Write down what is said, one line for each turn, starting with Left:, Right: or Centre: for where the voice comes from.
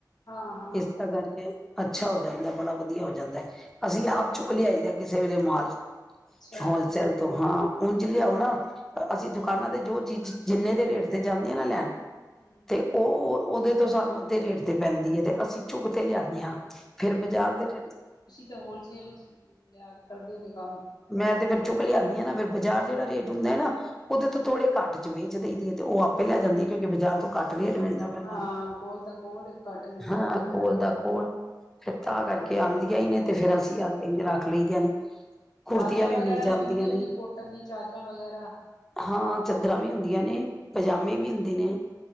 Left: ਹਾਂ ਹਾਂ
Centre: ਇਸ ਤਰਾਂ ਕਰਕੇ ਅੱਛਾ ਹੋ ਜਾਂਦਾ, ਬੜਾ ਵਧੀਆ ਹੋ ਜਾਂਦਾ ਹੈ।
Left: ਹਮ
Centre: ਅਸੀਂ ਆਪ ਚੁੱਕ ਲਿਆਈ ਦਾ। ਕਿਸੇ ਵੇਲੇ ਮਾਲ -
Left: ਅੱਛਾ
Centre: ਹੋਲ ਸੇਲ ਤੋਂ ਹਾਂ। ਉਂਝ ਲਿਆਓ ਨਾ, ਅਸੀਂ ਦੁਕਾਨਾਂ ਤੇ ਜੋ ਚੀਜ਼ ਜਿੰਨੇ ਦੇ ਰੇਟ ਜਾਦੀ ਏ ਨਾ ਲੈਣ।
Left: ਹਮ
Centre: ਤੇ ਉਹ ਉਹਦੇ ਤੋਂ, ਸਾਨੂੰ ਅੱਧੇ ਰੇਟ ਤੇ ਪੈਂਦੀ ਹੈਤਾ ਆ - ਅਸੀਂ ਝੁਗ ਤੇ ਲਿਆਣੇ ਆ ਫਿਰ ਬਾਜ਼ਾਰ ਵਿਚ
Left: ਤੇ ਹੌਲਸੇਲ ਚ, ਲਿਆ ਕੇ ਕਰਦੇ ਨੇ ਕੰਮ।
Centre: ਮੈਂ ਤੇ ਫਿਰ ਚੁੱਕ ਲਿਆਉਦੀਾਂ ਨਾ ਫਿਰ ਬਾਜ਼ਾਰ ਜਿਹੜਾ ਰੇਟ ਹੁੰਦਾ ਏ ਨਾ ਉਹਦੇ ਤੋਂ ਥੋੜੇ ਘੱਟ। ਵੇਚ ਦੇਈ ਦੀ ਏ ਤੇ ਉਹ ਆਪੇ ਲੈ ਜਾਂਦੀ ਏ, ਕਉਂਕਿ ਬਾਜ਼ਾਰ ਤੋਂ ਘੱਟ। ਰੇਟ ਮਿਲਦਾ ਪ ਤੁਾਨੂੰ
Left: ਹਾਂ ਕੋਲ ਤਾਂ ਕੋਲ ਘੱਟ ਮਿਲਦਾ
Centre: ਹਾਂ
Left: ਪਿਆ
Centre: ਕੋੋਲ ਦਾ ਕੋੋਲ <inaudible> ਫਿਰ ਤਾ ਕਰਕੇ
Left: ਸਹੀ
Centre: ਆਂਦਾਈਆਂ ਏ ਨੇ। ਤੇ
Left: ਇੱਥੇ
Centre: ਫੇਰ ਅਸੀਂ ਆ ਗਈ। ਤੇ ਰਖ ਲਈ ਦੀ ਕੁੁਰਤੀਆਂ,
Left: ਚਾਦਰਾਂ
Centre: ਵੀ
Left: ਵਗੈਰਾ
Centre: ਮਿਲ ਜਾਂਦੀਆ
Left: ਮਿਲਦੀ ਹੋਗੀਆਂ
Centre: ਨੇ,
Left: ਕੋਟਨ ਦੀ ਚਾਦਰਾਂ ਵਗੈਰਾ
Centre: ਹਾ ਚਦਰਾ ਵੀ ਹੁੰਦੀਆਂ ਨੇ, ਪਜਾਮੀ ਵੀ ਹੁੰਦੇ ਨੇ,